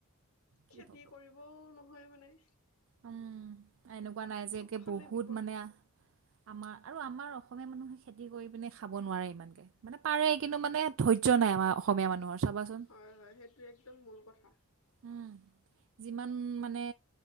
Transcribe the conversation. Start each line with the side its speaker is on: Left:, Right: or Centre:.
Right: কি
Left: খেতি
Right: হ'ব
Left: কৰিবও নহয় মানে।
Right: উম, এনেকুৱা নাই যে
Left: চব ফালে
Right: বহুত
Left: বিপদ
Right: মানে আমাৰ আৰু আমাৰ অসমীয়া মানুহ খেতি খেতি কৰি পিনে খাব নোৱাৰে ইমানকে, মানে পাৰে কিন্তু মানে ধৈৰ্য অসমীয়া মানুহৰ চাবাচোন।
Left: হয় হয় সেইটোৱে একদম মূল কথা।
Right: উম, যিমান মানে